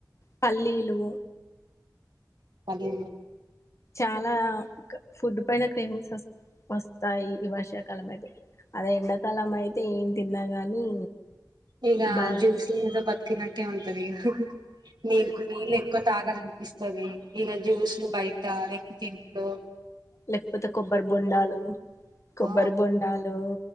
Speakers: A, on the left; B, on the right.
A: పలీలు
B: అది
A: చాలా ఫుడ్ పైన క్రేవింగ్స్ వస్తయి వస్తాయి ఈ వర్షాకాలం అయితే అదే ఎండాకాలం అయితే ఏం తిన్నా గాని
B: ఇగా
A: బాధేస్తది
B: జ్యూస్లి మీద బతుకిినట్ట్య ఉంటది నీ నీళ్ళు ఎక్కువ తాగడం ఇస్తుంది ఈగ జ్యూస్లు బయట రెకు తింంటలు
A: లేకపోతే కొబ్బరి బొండాలు కొబ్బరి
B: ఆ
A: బొండాలు